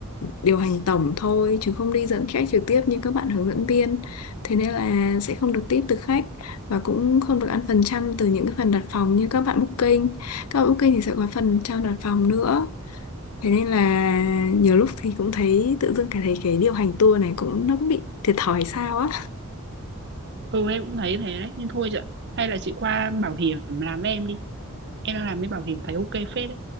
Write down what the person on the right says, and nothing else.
Ừ em cũng thấy thế đấy. Nhưng thôi chị ạ. Hay là chị qua bảo hiểm làm với em đi. Em đang làm với bảo hiểm thấy ok phết đấy.